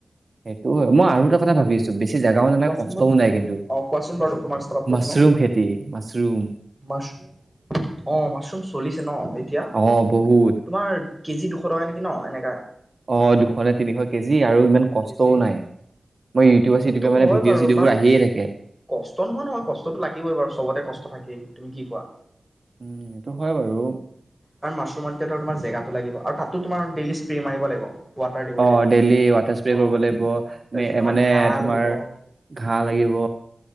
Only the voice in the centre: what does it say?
অ
কোৱাচোন
বাৰু
অ কোৱাচোন বাৰু তোমাৰ ষ্টাৰ্টটো
শুনো
মাছৰুম। অ' মাছৰুম চলিছে ন এতিয়া।
তোমাৰ কেজি দুশ টকা নেকি ন এনেকে।
কেজি
সেইটো
হয়
বাৰু
বাট
কষ্ট নোহোৱা নহয় কষ্টতো লাগিবই বাৰু চবতে কষ্ট থাকেই। তুমি কি কোৱা?
কাৰণ, মাচৰুমত এতিয়াটো আৰু তোমাৰ জেগাটো লাগিব আৰু তাতটো তোমাৰ ডেইলি স্প্ৰে মাৰিব লাগিব। ৱাটাৰ দিবই
লাগিব।
অ
তাৰপিছত তোমাৰ
ঘাঁহ
লাগিব কিবা